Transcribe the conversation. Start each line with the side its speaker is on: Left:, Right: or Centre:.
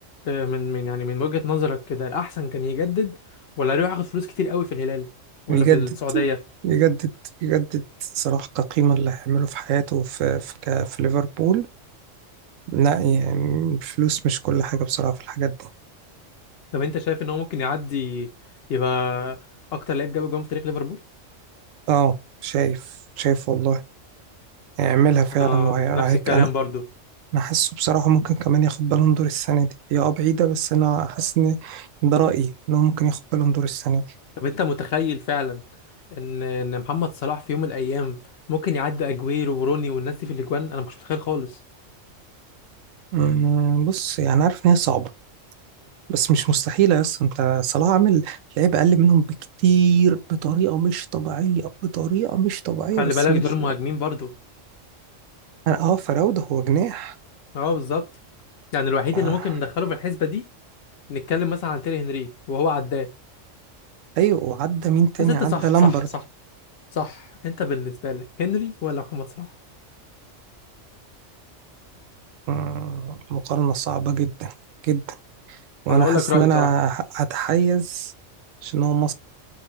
Left: آه، من من يعني من وجهة نظرك كده الأحسن كان يجدد ولا يروح ياخد فلوس كتير قوي في الهلال ولا
Right: يجدد
Left: في السعودية
Right: يجدد يجدد صلاح كقيمة اللي هيعمله في حياته في في, ك- في ليفربول لا يعني الفلوس مش كل حاجة بصراحة في الحاجات دي
Left: طب انت شايف ان هو ممكن يعدي يبقى اكتر لعيب جاب جون في تاريخ ليفربول
Right: اه شايف شايف والله هيعملها فعلا
Left: انا
Right: وهي...
Left: نفس الكلام
Right: انا
Left: برضو
Right: حاسه بصراحه ممكن كمان ياخد بالون دور السنه دي هي اه بعيده بس انا حاسس ان ده رايي ان هو ممكن ياخد بالون دور السنه دي
Left: طب انت متخيل فعلا ان ان محمد صلاح في يوم من الايام ممكن يعدي اجويرو وروني والناس دي في الاجوان انا ما كنتش متخيل خالص
Right: أمم، بص يعني عارف ان هي صعبه بس مش مستحيله يا اسطى انت صلاح عامل لعيبه اقل منهم بكتير بطريقه مش طبيعيه بطريقه مش طبيعيه
Left: خلي
Right: بس
Left: بالك
Right: في نفس
Left: دول مهاجمين
Right: الوقت
Left: برضو
Right: انا اه فراوده هو جناح
Left: اه بالظبط يعني الوحيد
Right: آه.
Left: اللي ممكن ندخله في الحسبه دي نتكلم مثلا عن تيري هنري وهو عداه
Right: ايوه وعدى مين تاني
Left: بس انت
Right: عدى
Left: صح
Right: لامبرد
Left: صح صح صح انت بالنسبه لك هنري ولا محمد صلاح
Right: أمم، مقارنه صعبه جدا جدا وانا
Left: انا هقول
Right: حاسس
Left: لك رايي
Right: ان انا
Left: بصراحه
Right: هتحيز عشان هو